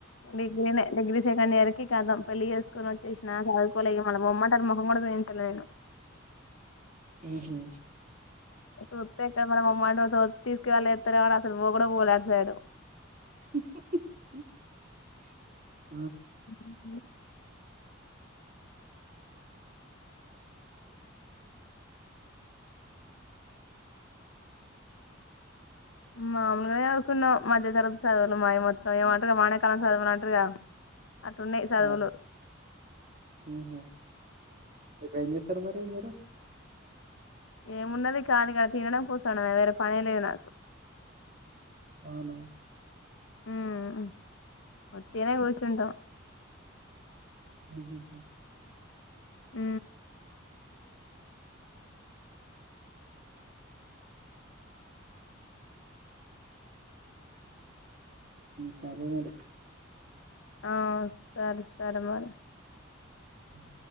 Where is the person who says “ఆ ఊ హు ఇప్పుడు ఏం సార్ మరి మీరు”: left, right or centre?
Right